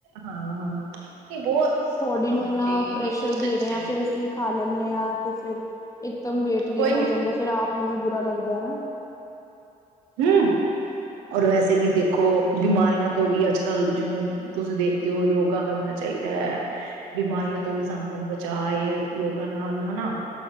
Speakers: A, on the right (about 85°); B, on the left (about 15°).
A: ਹਾਂ-ਹਾਂ, ਇਹ ਬਹੁਤ
B: ਡੀ
A: ਹਾਂਜੀ
B: ਨੂੰ ਇੰਨਾ ਪ੍ਰੈਸ਼ਰ
A: ਨਹੀਂ ਬਹੁਤ
B: ਦੇ
A: ਅੱਛਾ
B: ਰਹੇ ਆਂ,
A: ਹੈ
B: ਫਿਰ ਅਸੀਂ ਖਾ ਲੈਂਨੇ ਆਂ, ਤੇ ਫਿਰ ਇੱਕਦਮ ਵੇਟ ਗੇਨ
A: ਕੋਈ ਨੀ
B: ਹੋ ਜਾਂਦਾ, ਫਿਰ ਆਪ ਨੂੰ ਵੀ ਬੁਰਾ ਲੱਗਦਾ, ਹਨਾ।
A: ਹੂੰ, ਔਰ ਵੈਸੇ ਵੀ ਦੇਖੋ ਬਿਮਾਰੀਆਂ ਤੋਂ ਵੀ ਅੱਜ-ਕੱਲ, ਜਿਵੇਂ ਤੁਸੀਂ ਦੇਖਦੇ ਹੋ ਯੋਗਾ ਕਰਨਾ ਚਾਹੀਦੈ ਬਿਮਾਰੀਆਂ ਤੋਂ ਵੀ ਸਾਨੂੰ ਬਚਾਅ ਏ, ਯੋਗਾ ਨਾਲ ਹਨਾ।